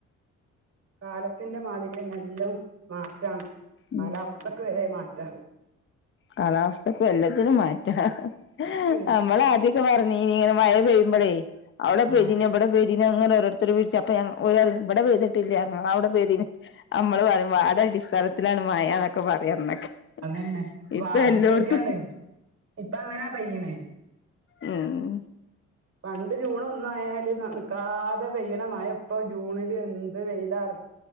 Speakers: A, on the right; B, on the left.
A: കാലത്തിന്റെ മാതിരി ന്നെ എല്ലം മാറ്റാണ് കാലാവസ്ഥക്ക്
B: ഉം
A: വരെ മാറ്റാണ്
B: കാലാവസ്ഥക്കും എല്ലാത്തിനും മാറ്റാ നമ്മള്
A: തന്നെ.
B: ആദ്യം ഞമ്മൾ ആദ്യൊക്കെ പറഞ്ഞീനി ഇങ്ങനെ മഴ പെയ്യുമ്പോഴേ അവിടെ
A: ആഹ്
B: പെയ്തിനോ ഇവിടെ പെയ്തിനോ അങ്ങനെ ഒരോരുത്തര് വിളിച്ചപ്പ ഞാൻ ഓര് പറിം ഇവിടെ പെയ്തിട്ടില്ല ഞങ്ങളവിടെ പെയ്തിന് നമ്മള് പറയും വാർഡ് അടിസ്ഥാനത്തിലാണ് മയ ന്നൊക്കെ പറയും അന്നൊക്കെ
A: അതന്നെ വ
B: ഇപ്പൊ
A: അത്
B: എല്ലോട്ത്തും
A: ശെരിയാണ് ഇപ്പൊ അങ്ങനാ പെയ്യണ്
B: ഉം
A: പണ്ട് ജൂണ് ഒന്നായാല് നിക്കാതെ പെയ്യണ മഴെപ്പൊ ജൂണിലെന്ത് വെയിലാറ്